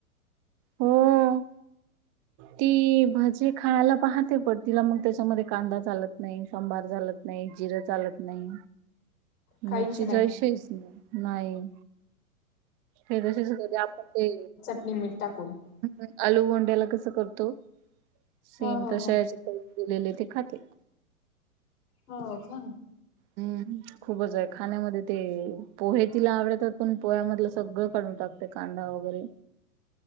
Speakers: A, on the right; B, on the left.
A: हो. ती भज ती खायला पाहते पण तिला मग त्याच्यामध्ये कांदा चालत नाही. सांभार चालत नाही. जिरं चालत नाही.
B: काहीच
A: मिरची
B: नाही.
A: जायशी नाही. हे तसेच करते आपण ते.
B: नाही मीट टाकून.
A: हम् आलू भोंड्याला कसं करतो सेम
B: हो हो
A: तशा
B: हो
A: याचे दिलेले ते खाते.
B: हो का.
A: हम्म, खूपच आहे. खाण्यामध्ये ते पोहे तिला आवडतात. पण पोह्यामधलं सगळं काढून टाकते. कांदा वगैरे